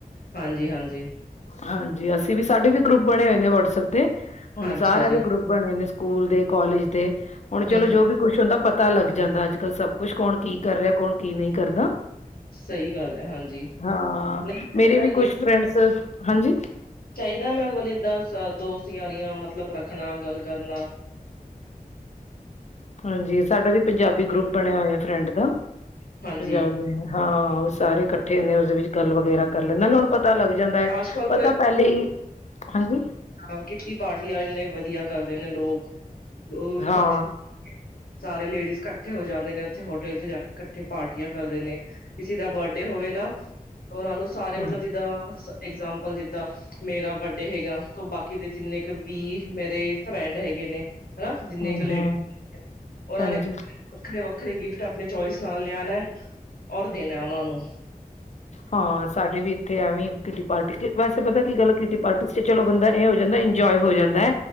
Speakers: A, on the left; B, on the left.
A: ਹਾਂਜੀ-ਹਾਂਜੀ।
B: ਹਾਂਜੀ ਅਸੀਂ ਵੀ ਸਾਡੇ ਵੀ ਗਰੁੱਪ ਬਨੇ ਹੋਏ ਨੇ ਵਟਸਐਪ ਤੇ, ਹੁਨ
A: ਅੱਛਾ
B: ਸਾਰੇਆਂ
A: ਜੀ
B: ਦੇ ਗਰੁੱਪ ਬਨੇ ਨੇ ਸਕੂਲ ਦੇ ਕੋਲਜ ਦੇ, ਹੁਨ
A: ਹੂੰ,
B: ਚਲੋ
A: ਹੂੰ।
B: ਜੋ ਵੀ ਕੁੱਛ ਹੁੰਦਾ ਪਤਾ ਲੱਗ ਜਾਂਦਾ ਅੱਜ-ਕੱਲ ਸਬ ਕੁੱਛ ਕੌਨ ਕੀ ਕਰ ਰਿਆ ਕੌਨ ਕੀ ਨਈਂ ਕਰਦਾ।
A: ਸਹੀ ਗੱਲ ਹੈ ਹਾਂਜੀ
B: ਹਾਂ
A: ਨਹੀਂ ਚਾਹੀਦਾ
B: ਮੇਰੇ ਵੀ ਕੁਛ ਫਰੈਂਡਸ, ਹਾਂਜੀ।
A: ਚਾਈਦਾ ਮੈਂ ਬੋਲ ਏਦਾਂ ਦੋਸਤੀ ਯਾਰੀਆਂ ਮਤਲਬ ਰੱਖਨਾ ਗੱਲ ਕਰਨਾ
B: ਹਾਂਜੀ ਸਾਡਾ ਵੀ ਪੰਜਾਬੀ
A: ਹੂੰ।
B: ਗਰੁੱਪ ਬਨੇਆ ਹੋਏਆ ਫਰੈਂਡ ਦਾ,
A: ਹਾਂਜੀ
B: ਪੰਜਾਬ ਦੇ ਆਂ। ਹਾਂ ਓ ਸਾਰੇ ਕੱਠੇ ਨੇ ਉਸਦੇ ਵਿੱਚ ਗੱਲ ਵਗੈਰਾ ਕਰ ਲੈਂ ਨਾਲੇ ਹੁਨ ਪਤ ਪਤਾ ਲੱਗ ਜਾਂਦਾ ਐ,
A: ਅੱਜ ਕੱਲ੍ਹ
B: ਪਤਾ ਪੈਲੇ ਈ, ਹਾਂਜੀ।
A: ਹਾਂ ਕਿੱਟੀ ਪਾਰਟੀ ਆ ਏਨੇ ਵਦੀਆ ਕਰਦੇ ਨੇ ਲੋਕ, ਓ ਵੀ
B: ਹਾਂ
A: ਫੰਕਸ਼ਨ ਸਾਰੇ ਲੇਡੀਜ਼ ਕੱਠੇ ਹੋ ਜਾਂਦੇ ਨੇ ਓਥੇ ਹੋਟਲ ਚ ਜਾ ਕੇ ਕੱਠੇ ਪਾਰਟੀਆਂ ਕਰਦੇ ਨੇ। ਕਿਸੇ ਦਾ ਬਰਡੇ ਹੋਵੇ ਨਾ, ਓਨਾਂ ਨੂੰ ਸਾਰੇ ਮਤਲਬ
B: ਹੂੰ।
A: ਜਿੱਦਾਂ ਇੰਗਜਾਮਪਲ ਜਿੱਦਾਂ ਮੇਰਾ ਬਰ ਤੇ ਹੈਗਾ ਬਾਕੀ ਦੇ ਜਿੰਨੇ ਕੁ ਵੀ ਮੇਰੇ ਫਰੈਂਡ ਹੈਗੇ ਨੇ ਹਨਾ ਜਿੰਨੇ
B: ਹੂੰ
A: ਕੁ ਲੇਡੀ
B: ਹੂੰ
A: <unintelligible> ਓਨਾਂ
B: ਹਾਂਜੀ
A: ਨੇ ਵੱਖਰੇ-ਵੱਖਰੇ ਗਿਫਟ ਆਪਨੇ ਚੋਇਸ ਨਾਲ ਲਿਆਨਾ ਔਰ ਦੇਨਾ ਓਨਾਂ ਨੂੰ।
B: ਹਾਂ ਸਾਡੇ ਵੀ ਇਥੇ ਐਵੇਂ ਕਿਟੀ ਪਾਰਟੀ ਵੈਸੇ ਪਤਾ ਕੀ ਗੱਲ ਕਿਟੀ ਪਾਰਟੀ ਚ ਚਲੋ ਬੰਦਾ ਏ ਹੋ ਜਾਂਦਾ ਇੰਨਜੋ ਆਏ ਹੋ ਜਾਂਦਾ,